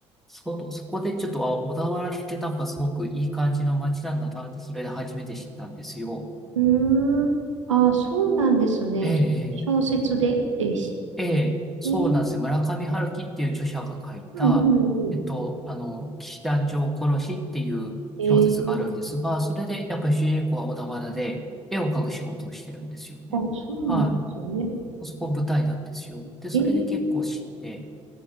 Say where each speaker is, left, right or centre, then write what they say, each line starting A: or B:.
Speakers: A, in the centre; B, on the right (about 85°).
A: そこ、そこでちょっと、あ、小田原ってなんかすごくいい感じの街なんだなって、それで初めて知ったんですよ。
B: うん。うーん。あー、そうなんですね。
A: えええ
B: 小説ででして。
A: ええ、そうなんですよ。
B: うん
A: 村上春樹っていう著者が書いた、
B: うんう
A: えっと、あの、騎士団長殺しっていう小説があるんですが、
B: ん。えー、
A: それでやっぱり主人公は小田原で絵を描く仕事をしてるんですよね。
B: あ、そうなんですね。
A: はい。そこ舞台なんですよ。で、それで結構知って、
B: えー